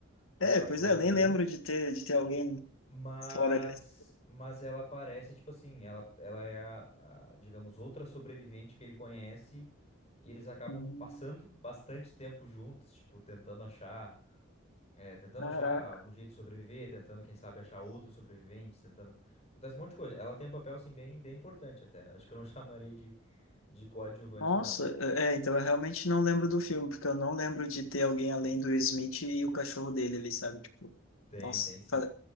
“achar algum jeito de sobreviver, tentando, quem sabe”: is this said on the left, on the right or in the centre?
Left